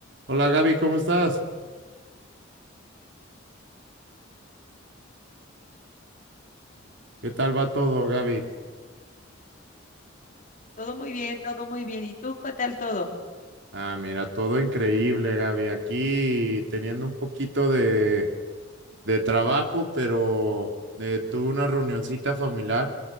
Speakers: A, on the right; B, on the left.
A: Hola Gaby, ¿cómo estás? ¿Qué tal va todo, Gaby?
B: Todo muy bien, todo muy bien. ¿Y tú qué tal todo?
A: Ah, mira, todo increíble, Gaby. Aquí teniendo un poquito de, de trabajo, pero eh, tuve una reunioncita familiar